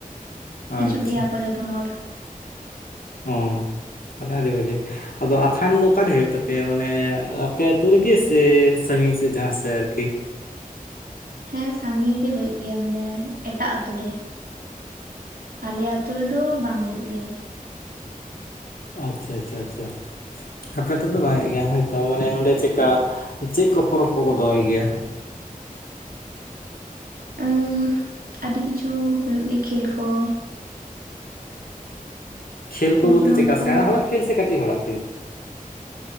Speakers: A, on the right; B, on the left.
A: ᱦᱤᱡᱩᱜ
B: ᱟᱪᱪᱷᱟ
A: ᱜᱮᱭᱟ ᱠᱚ ᱡᱚᱛᱚᱢ ᱦᱚᱲ ᱾
B: ᱚᱸ, ᱛᱟᱞᱦᱮ ᱟᱹᱰᱤ ᱵᱷᱟᱸᱜᱮ ᱾ ᱟᱫᱚ ᱟᱠᱟᱱ ᱫᱚ ᱚᱠᱟ ᱨᱮ ᱦᱳᱭᱳᱜ ᱛᱟᱯᱮᱭᱟ ᱢᱟᱱᱮ ᱟᱯᱮ ᱟᱛᱳ ᱨᱮᱜᱮ ᱥᱮ ᱥᱟᱸᱜᱤᱧ ᱥᱮᱫ ᱡᱟᱦᱟᱸ ᱥᱮᱜ ᱟᱨᱠᱤ?
A: ᱦᱮᱸ ᱥᱟᱸᱜᱤᱧ ᱨᱮ ᱦᱳᱭᱳᱜ ᱜᱮᱭᱟ ᱢᱟᱱᱮ ᱮᱴᱟᱜ ᱟᱛᱳ ᱨᱮ ᱾ ᱟᱞᱮ ᱟᱹᱛᱳ ᱨᱮ ᱫᱚ ᱵᱟᱝ ᱦᱩᱭᱩᱜ ᱜᱮᱭᱟ ᱾
B: ᱟᱪᱪᱷᱟ ᱟᱪᱪᱷᱟ ᱟᱪᱪᱷᱟ ᱾ ᱟᱯᱮ ᱟᱛᱳ ᱨᱮ ᱫᱚ ᱵᱟᱝ ᱦᱳᱭᱳᱜ ᱜᱮᱭᱟ, ᱦᱳᱭᱛᱚ ᱢᱟᱱᱮ ᱚᱸᱰᱮ ᱪᱮᱜ ᱠᱟ ᱪᱮᱫ ᱠᱚ ᱯᱚᱨᱚᱵᱽ ᱠᱚ ᱠᱚ ᱫᱚᱦᱚᱭ ᱜᱮᱭᱟ?
A: ᱩᱸᱻ ᱟᱹᱰᱤ ᱠᱤᱪᱷᱩ ᱦᱩᱭᱩᱜ ᱜᱮᱭᱟ ᱠᱷᱮᱞ ᱠᱚ ᱾
B: ᱠᱷᱮᱞ
A: ᱯᱨᱳᱜᱨᱟᱢ
B: ᱠᱚ ᱵᱚᱞᱛᱮ ᱪᱮᱜ ᱠᱟ
A: ᱠᱚ
B: ᱥᱮᱸᱬᱟ ᱦᱚᱲᱟᱜ ᱠᱷᱮᱞ ᱥᱮ ᱠᱟᱹᱴᱤᱡ ᱦᱚᱲᱟᱜ ᱠᱷᱮᱞ?